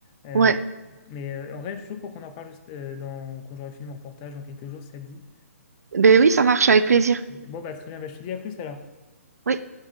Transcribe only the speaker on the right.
Ouais.
Ben oui, ça marche avec plaisir.
Oui.